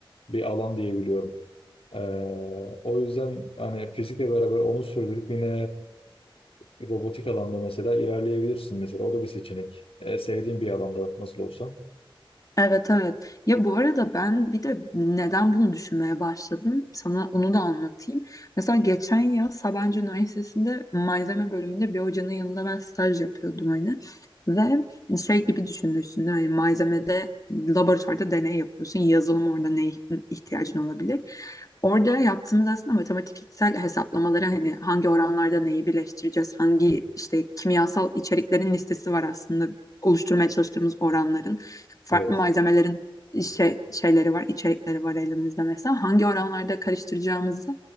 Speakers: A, on the left; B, on the left.
A: bir alan diyebiliyorum. Ee, o yüzden hani fizikle beraber onu sürdürüp yine e, robotik alanda mesela ilerleyebilirsin mesela. O da bir seçenek. E, sevdiğin bir alanda nasıl olsa.
B: Evet evet. Ya bu arada ben bir de neden bunu düşünmeye başladım? Sana onu da anlatayım. Mesela geçen yıl Sabancı Üniversitesi'nde malzeme bölümünde bir hocanın yanında ben staj yapıyordum hani. Ve hani, şey gibi düşünürsün hani malzemede hani, laboratuvarda deney yapıyorsun. Yazılım orada ne ihtiyacın olabilir? Orada yaptığımız aslında matematiksel hesaplamaları hani hangi oranlarda neyi birleştireceğiz, hangi işte kimyasal içeriklerin listesi var aslında oluşturmaya çalıştığımız oranların farklı
A: Evet.
B: malzemelerin e, şey, şeyleri var, içerikleri var elimizde mesela. Hangi oranlarda karıştıracağımızı